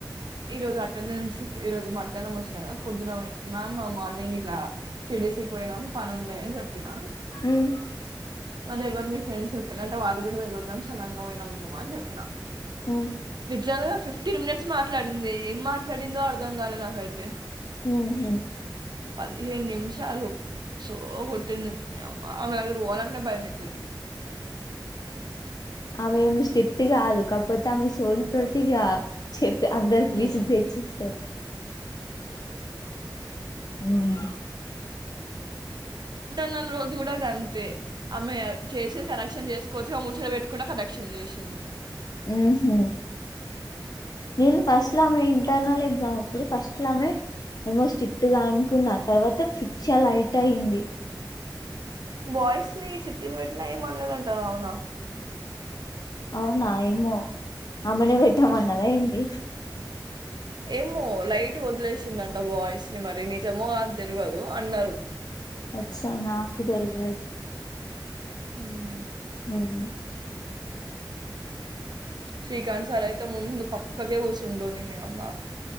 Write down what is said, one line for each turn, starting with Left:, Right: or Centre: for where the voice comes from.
Right: ఈ రోజు అటెండెన్స్ ఈ రోజు మధ్యాహ్నం వచ్చినాడ కదా పొద్దున మ్యామ్ మార్నింగ్ ఇట్లా సిఎస్ఇ కి పోయినాం పని ఉండే అని చెప్పినా
Left: ఉమ్
Right: మల్లెవరు మీ ఫ్రెండ్స్ ఎలంటే వాళ్ళు కూడా తెలవదు మ్యామ్ సడన్ గా పోయినాం అని చెప్పిన
Left: హ్మ్
Right: నిజంగా ఫిఫ్టీన్ మినిట్స్ మాట్లాడింది ఏం మాట్లాడిందో అర్థం కాలేదు నాకైతే
Left: హ్మ్ హ్మ్మ్
Right: పదిహేను నిమిషాలు సో కొట్టింది అబ్బా ఆమె దగ్గర పోవాలంటే భయం మైతది
Left: ఆమెమి స్ట్రిక్ట్ కాదు కాకపోతే ఆమె ట్వెల్వ్ థర్టీ కి చెప్పి అందరికి
Right: ఉమ్,
Left: విసిగితేచ్చేస్తది
Right: ఉమ్.
Left: హ్మ్మ్
Right: అ రోజు గుడా గంతే ఆమె చేసి కరెక్షన్ చేసుకోవచ్చు ముచ్చట పెట్ కూడ కరెక్షన్ చేసింది
Left: ఉమ్ హు నేను ఫస్ట్ లా ఆమె ఇంటర్నల్ ఎగ్జామ్ అప్పుడు ఫస్ట్ ల అమె ఏమో స్ట్రిక్ట్ గా అనుకున్నా తర్వాత పిచ్చ లైట్ అయింది
Right: బాయ్స్ ని చిట్టిలు పెట్టినా ఏమ్ అనదంటా అవునా
Left: అవునా ఏమో అమేనే పెట్టామన్నదా ఏంటి
Right: ఏమో లైట్ వదిలేసిందంట బాయ్స్ ని మరి నీ జెమో కాదో తెల్వదు అన్నరు
Left: అచ్చా నాకు తెల్వదు
Right: హ్మ
Left: అవును
Right: శ్రీకాంత్ సార్ అయితే ముందు పక్కకే కూసుండు నీయమ్మ